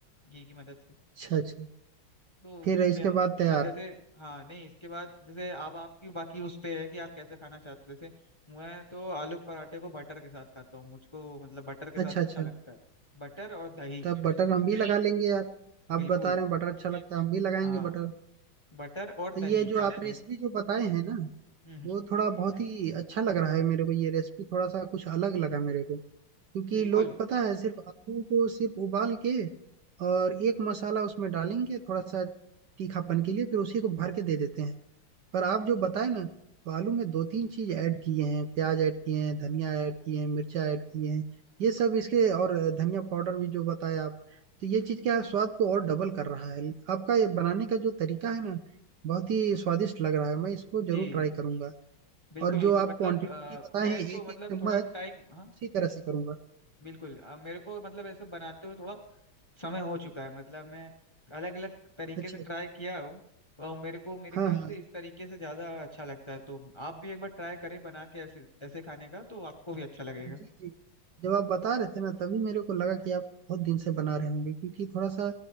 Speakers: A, on the left; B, on the right.
A: घी की मदद से
B: अच्छा अच्छा
A: तो
B: फिर
A: वो बन
B: इसके
A: गया
B: बाद तैयार
A: अब जैसे हाँ नहीं इसके बाद जैसे अब आपकी बाकी उस पे है कि आप कैसे खाना चाहते हो जैसे मैं तो आलू के पराठे को बटर के साथ खाता हूँ मुझको मतलब बटर के
B: अच्छा
A: साथ
B: अच्छा
A: अच्छा लगता है बटर और दही
B: तब बटर हम भी लगा लेंगे यार आप
A: बिल्कुल
B: बता रहे हैं बटर अच्छा लगता है हम भी लगाएंगे
A: हाँ
B: बटर
A: बटर और
B: तो
A: दही
B: ये जो
A: साथ
B: आप रेसिपी
A: में
B: जो बताए हैं ना
A: हम्म
B: वो थोड़ा बहुत ही अच्छा लग रहा है मेरे को ये रेसिपी थोड़ा सा कुछ अलग लगा मेरे को क्योंकि
A: बिल्कुल
B: लोग पता है सिर्फ आलू को सिर्फ उबाल के और एक मसाला उसमें डालेंगे थोड़ा सा तीखापन के लिए फिर उसी को भर के दे देते हैं पर आप जो बताए ना तो आलू में दो तीन चीज ऐड किए हैं प्याज ऐड किए हैं धनिया ऐड किए हैं मिर्चा ऐड किए हैं ये सब इसके और धनिया पाउडर भी जो बताया आप तो ये चीज क्या है, स्वाद को और डबल कर रहा है आपका ये बनाने का जो तरीका है ना बहुत ही स्वादिष्ट लग रहा है मैं इसको जरूर
A: जी
B: ट्राई करूंगा
A: बिल्कुल
B: और
A: बिल्कुल
B: जो आप
A: मतलब
B: क्वांटिटी
A: अ,
B: बताए
A: मैं
B: हैं एक
A: इसको मतलब
B: एक चम्मच
A: थोड़ा टाइम हाँ
B: उसी तरह से करूंगा
A: बिल्कुल अ, मेरे को मतलब ऐसा बनाते हुए थोड़ा समय हो चुका है मतलब मैं अलग अलग तरीके
B: अच्छा
A: से ट्राई
B: अच्छा।
A: किया हूँ और मेरे को मेरे
B: हाँ
A: ख्याल
B: हाँ
A: से इस तरीके से ज्यादा अच्छा लगता है तो आप भी एक बार ट्राई करें बना के ऐसे ऐसे खाने का तो आपको भी अच्छा लगेगा
B: जी जी जब आप बता रहे थे ना तभी मेरे को लगा कि आप बहुत दिन से बना रहे होंगे क्योंकि थोड़ा सा